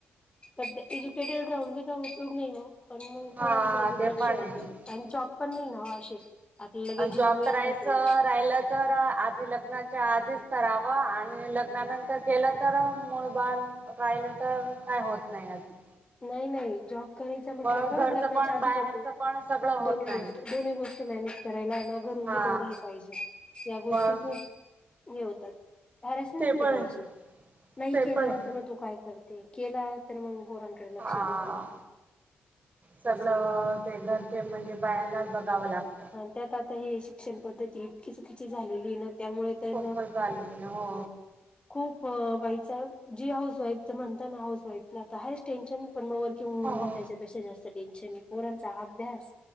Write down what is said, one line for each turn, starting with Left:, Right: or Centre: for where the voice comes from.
Left: एज्युकेटेड राहून बी का उपयोग नाही हो. पण
Right: हा
Left: पोरांकडे दुर्लक्ष
Right: ते पण
Left: होत,
Right: आहे
Left: आणि जॉब पण नाही ना हो असे आपल्याला लगेच
Right: जॉब
Left: मिळून
Right: करायचं
Left: जाते लगेच
Right: राहिलं तर आधी लग्नाच्या आधीच कराव आणि लग्नानंतर केलं तर मूळ बाल राहिलं तर काय होत नाही अजून.
Left: नाही नाही जॉब करायच म्हटलं
Right: मग
Left: खरच
Right: घरचं
Left: लगनाच्या
Right: पण
Left: आधीच
Right: बाहेरचं
Left: होत.
Right: पण सगळं होत
Left: दोन्ही
Right: नाही
Left: गोष्ट दोन्ही गोष्ट मॅनेज करायला ना घर तुबी
Right: हा
Left: तेवढ्या ते पाहिजे या गोष्टी
Right: मग
Left: खूप हे होतात, हॅरसमेंट
Right: ते
Left: होते
Right: पण
Left: बाईची
Right: आहे
Left: नाही
Right: ते
Left: केला
Right: पण आहे
Left: तर मग तू काय कर ते केला तर मग पोरांकडे लक्ष
Right: हा
Left: दिलं नाही.
Right: सगळं
Left: असं होतं.
Right: ते घरचे म्हणजे बायांनाच बघावं लागतं.
Left: त्यात आता हे शिक्षण पद्धती इतकी चुकीची झालेली ना त्यामुळे तर
Right: खूपच झाली हो.
Left: खूप बाई जी हाऊस वाईफ तर ती म्हणता ना हाऊस वाईफला तर हायच टेन्शन पण मग वर्किंग वुमनला
Right: हो हो.
Left: त्याच्यापेक्षा जास्त टेन्शन आहे, पोरांचा अभ्यास,